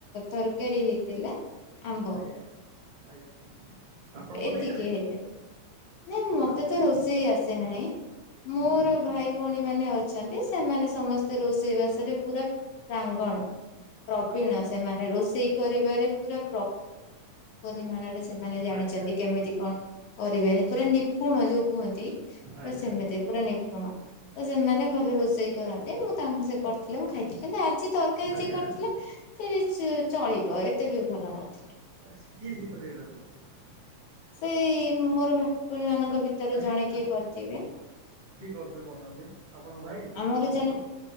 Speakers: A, on the left; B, on the right.
A: ତରକାରୀ ହେଇଥିଲା। ଆମ୍ବ
B: ଆଜ୍ଞା ଆଜ୍ଞା ଆପଣ
A: ଏତିକି
B: ବନେଇଥିଲେ?
A: ହେଇଥିଲା ନାଇଁ ମତେ
B: ଆଜ୍ଞା ଆପଣ
A: ତ ରୋଷେଇ ଆସେ ନାହିଁ। ମୋର
B: ଆଜ୍ଞା
A: ଭାଇ ଭଉଣୀ ମାନେ ଅଛନ୍ତି। ସେମାନେ ସମସ୍ତେ ରୋଷେଇ ବାସରେ ପୁରା ପ୍ରାଙ୍ଗ କଣ ପ୍ରବୀଣ
B: ଆଜ୍ଞା
A: ସେମାନେ ରୋଷେଇ କରିବାରେ ପୁରା ପ୍ରଖ ପରିମାଣରେ ସେମାନେ ଜାଣିଛନ୍ତି
B: ଆଜ୍ଞା
A: କେମିତି କଣ? କରିବେନି ପୁରା ନିପୁଣ ଯୋଉଁ କୁହନ୍ତି ପୁରା
B: ଆଜ୍ଞା
A: ସେମିତି ପୁରା ନିପୁଣ। ତ ସେମାନେ ଭଲ ରୋଷେଇ କରନ୍ତି। ମୁଁ ତାଙ୍କୁ ସେ କରି ଥିଲେ ମୁ ଖାଇଥିଲି କିନ୍ତୁ ଆଜି ତରକାରୀ
B: ଆଜ୍ଞା
A: ଯିଏ କରିଥିଲା
B: ଆଜ୍ଞା।
A: ସେଟିକେ ଚଳିବ ଏତେ ବି ଭଲ ନଥିଲା।
B: ସ କିଏ ସେ ତରକାରି କରିଥିଲା?
A: ସେଇ ମୋର ଭାଇ ଭଉଣୀ ମାନଙ୍କ ଭିତରୁ
B: ଆଜ୍ଞା
A: ଜଣେ କିଏ
B: ଆଜ୍ଞା
A: କରିଥିବେ।
B: କିଏ କରୁଥିଲେ କହୁନାହାନ୍ତି? ଆପଣଙ୍କ ଭାଇ
A: ଆମର
B: ନା ଆପଣଙ୍କ
A: ଜଣେ
B: ଭଉଣୀ?